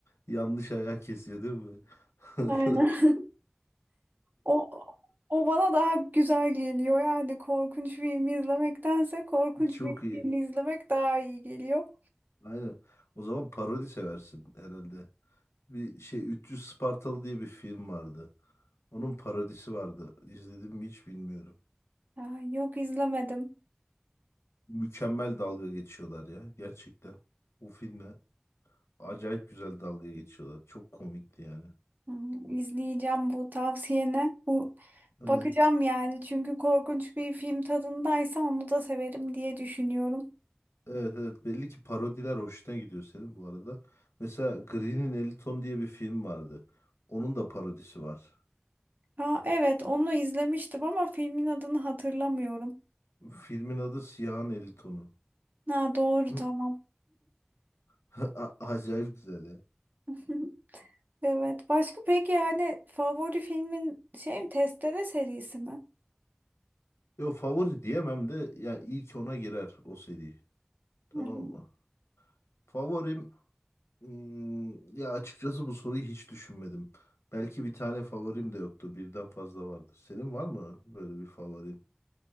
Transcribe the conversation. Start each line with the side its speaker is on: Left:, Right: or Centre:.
Left: Yanlış ayağı kesiyor değil mi? <laughs>
Right: Aynen. O, o bana daha güzel geliyor. Yani korkunç film izlemektense korkunç
Left: Çok
Right: bir
Left: iyi.
Right: film izlemek daha iyi geliyor.
Left: Aynen. O zaman parodi seversin herhalde. Bir şey 300 Spartalı diye bir film vardı. Onun parodisi vardı. İzledim mi hiç bilmiyorum.
Right: Aa, yok izlemedim.
Left: Mükemmel dalga geçiyorlar ya gerçekten. O filme acayip güzel dalga geçiyorlar. Çok komikti yani.
Right: Hmm, İzleyeceğim bu tavsiyene. Bu
Left: Evet
Right: bakacağım yani. Çünkü korkunç bir film tadındaysa onu da severim diye düşünüyorum.
Left: evet evet. belli ki parodiler hoşuna gidiyor senin bu arada. Mesela Green'in 50 Ton diye bir film vardı. Onun da parodisi var.
Right: Aa, evet onu izlemiştim ama filmin adını hatırlamıyorum.
Left: Filmin adı Siyahın 50 Tonu.
Right: Ha, doğru
Left: Hı.
Right: tamam.
Left: <laughs> A- Acayip güzel ya.
Right: <laughs> Evet. Başka peki yani favori filmin şey mi? Testere serisi mi?
Left: Yo favori diyemem de ya ilk ona girer o seri. Tamam
Right: Hı hı.
Left: mı? Favorim Hmm, ya açıkçası bu soruyu hiç düşünmedim. Belki bir tane favorim de yoktur. Birden fazla vardır. Senin var mı böyle bir favorin?